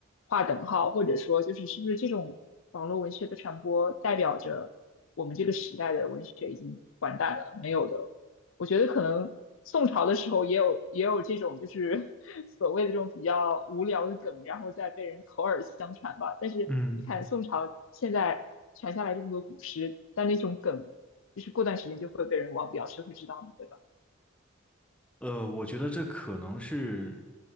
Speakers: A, on the left (about 70°); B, in the centre.
A: 划等号，或者说就是是不是这种网络文学的传播代表着我们这个时代的文学已经完蛋了？没有的，我觉得可能宋朝的时候也有也有这种就是 <laughs> 所谓的这种比较无聊的梗，然后再被人口耳相传吧。但是你看宋朝现在传下来这么多古诗，
B: 嗯，
A: 但那种梗就是过段时间就会被人忘掉，谁会知道呢？对吧？
B: 呃，我觉得这可能是